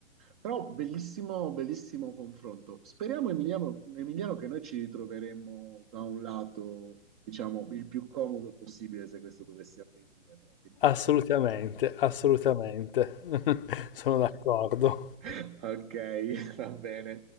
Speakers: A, on the right; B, on the left.
A: Però bellissimo, bellissimo confronto. Speriamo, Emiliano, Emiliano, che noi ci ritroveremo da un lato, diciamo, il più comodo possibile se questo dovesse avvenire. Però ti ringrazio
B: assolutamente, assolutamente.
A: per questo.
B: <laughs> Sono d'accordo.
A: <laughs> Ok, va bene.